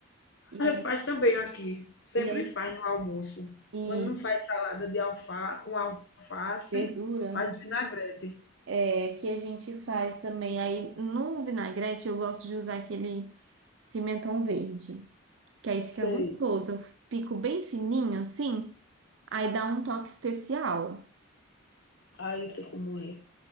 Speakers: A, on the right; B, on the left.
A: E aí,
B: faz também aqui. Sempre
A: e aí-
B: faz no almoço.
A: e
B: Quando não faz salada de alfa, com alface,
A: verdura.
B: faz vinagrete.
A: É, aqui a gente faz também. Aí no vinagrete eu gosto de usar aquele pimentão verde, que aí fica
B: Sei.
A: gostoso. Eu pico bem fininho assim, aí dá um toque especial.
B: Ah, eu sei como é.